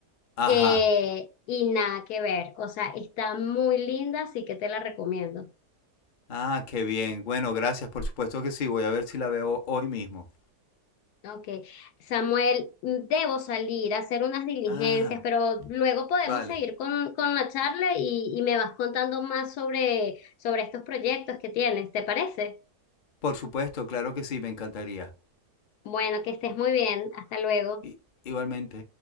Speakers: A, on the left; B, on the left.
A: ajá.
B: Eh, y nada que ver. O sea, está muy linda, así que te la recomiendo.
A: Ah, qué bien. Bueno, gracias, por supuesto que sí. Voy a ver si la veo hoy mismo.
B: Ok, Samuel, debo salir a hacer unas diligencias,
A: Ah,
B: pero luego podemos
A: vale.
B: seguir con, con la charla y, y me vas contando más sobre, sobre estos proyectos que tienes, ¿te parece?
A: Por supuesto, claro que sí, me encantaría.
B: Bueno, que estés muy bien, hasta luego.
A: I- igualmente.